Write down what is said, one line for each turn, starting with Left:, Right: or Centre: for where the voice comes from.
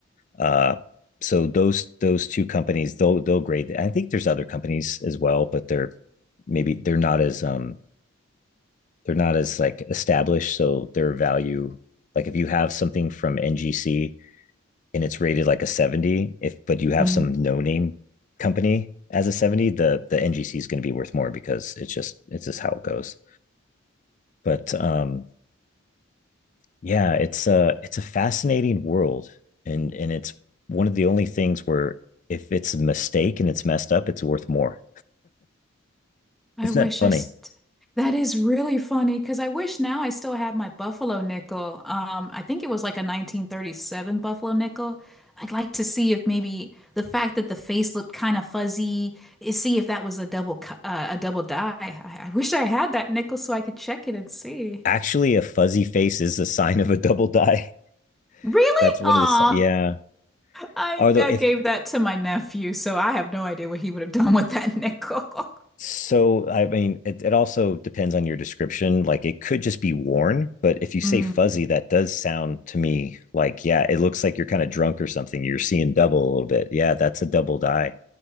Left: Uh, so those those two companies, they'll they'll grade. I think there's other companies as well, but they're maybe they're not as um they're not as like established, so their value. Like if you have something from NGC and it's rated like a 70 if but you have
Centre: hmm
Left: some no name company as a 70 the the ngc is going to be worth more because it's just it's just how it goes but um yeah it's a it's a fascinating world and and it's one of the only things where if it's a mistake and it's messed up it's worth more
Centre: I
Left: isn't
Centre: wish
Left: that funny
Centre: I st that is really funny because I wish now I still had my Buffalo nickel. Um, I think it was like a 1937 Buffalo nickel. I'd like to see if maybe the fact that the face looked kind of fuzzy, is see if that was a double co- uh, a double die. I, I wish I had that nickel so I could check it and see.
Left: Actually, a fuzzy face is a sign of a double die.
Centre: Really?
Left: <laughs> That's one
Centre: Aw,
Left: of the si- yeah.
Centre: I
Left: Although
Centre: I
Left: if
Centre: gave that to my nephew, so I have no idea what he would have done with that nickel. <laughs>
Left: so, I mean, it, it also depends on your description. Like it could just be worn, but if you say
Centre: Mm.
Left: fuzzy, that does sound to me like yeah, it looks like you're kind of drunk or something. You're seeing double a little bit. Yeah, that's a double die,